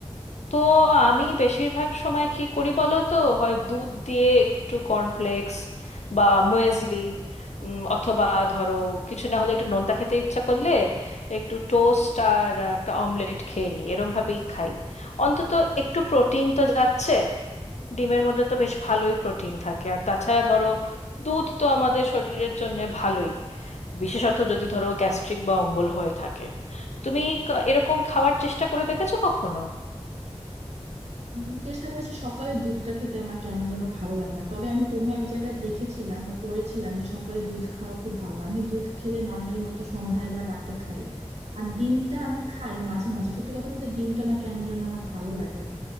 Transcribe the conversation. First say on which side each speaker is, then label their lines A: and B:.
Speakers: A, on the left (about 75°); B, on the right (about 70°).
A: তো আমি বেশিরভাগ সময় কি করি বলো তো হয় দুধ দিয়ে একটু কর্নফ্লেক্স বা মুয়েসলি অথবা ধরো কিছু না হলে একটু নোনতা খেতে ইচ্ছা করলে একটু টোস্ট আর আহ, একটা অমলেট খেয়ে নিই এরম ভাবেই খাই অন্তত একটু প্রোটিন তো যাচ্ছে ডিমের মধ্যে তো বেশ ভালোই প্রোটিন থাকে আর তাছাড়া ধরো দুধ তো আমাদের শরীরের জন্য ভালোই বিশেষত যদি ধরো গ্যাস্ট্রিক বা অম্বল হয়ে থাকে তুমি ক- এরকম খাওয়ার চেষ্টা করে দেখেছো কখনো
B: উম, চেষ্টা করেছি সকালে দুধটা খেতে আমার কেন যেন ভালো লাগে না তবে আমি কোনো এক জায়গায় দেখেছিলাম বা পড়েছিলাম যে সকালে দুধ খাওয়া খুব ভালো আমি দুধ খেলে নর্মালি হয়তো সন্ধ্যায় বা রাতে খাই আর ডিমটা আমি খাই মাঝে মাঝে সত্যি কথা বলতে ডিমটা না কেন যেন আমার ভালো লাগে না